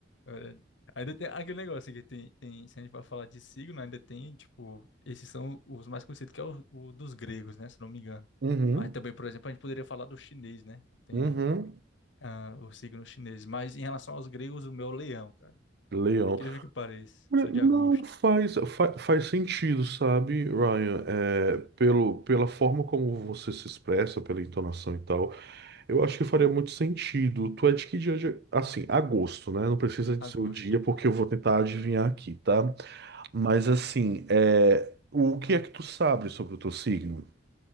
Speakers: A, on the left; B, on the right.
A: Olha, ainda tem aquele negócio que tem, tem, se a gente vai falar de signo, ainda tem, tipo, esses são os mais conhecidos, que é o, o dos gregos, né, se não me engano.
B: Uhum,
A: Mas também, por exemplo, a gente poderia falar do chinês, né, que tem
B: uhum.
A: ah, o signo chinês. Mas em relação aos gregos, o meu é o leão, cara.
B: Leão.
A: Por incrível que pareça,
B: Olha,
A: sou
B: Não
A: de agosto.
B: faz, fa- faz sentido, sabe, Ryan? É, pelo, pela forma como você se expressa, pela entonação e tal, eu acho que faria muito sentido. Tu é de que dia? de- Assim, agosto, né? Não precisa de
A: Agosto.
B: ser o dia, porque eu vou tentar adivinhar aqui, tá? Mas assim, é, o que é que tu sabe sobre o teu signo?